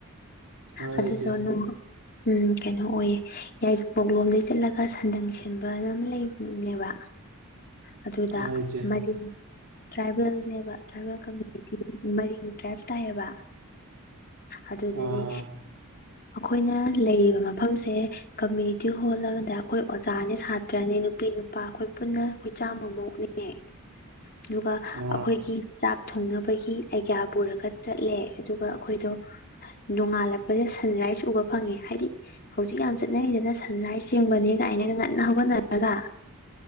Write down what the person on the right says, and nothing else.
ꯑ
ꯏꯆꯦ
ꯑ ꯏꯆꯦ
ꯑ
ꯑ